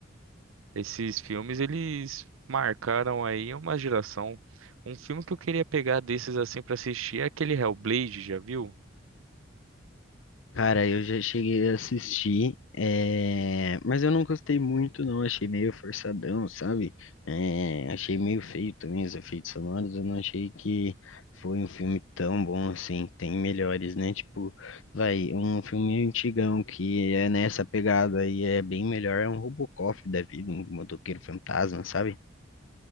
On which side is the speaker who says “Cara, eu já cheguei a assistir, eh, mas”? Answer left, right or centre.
Left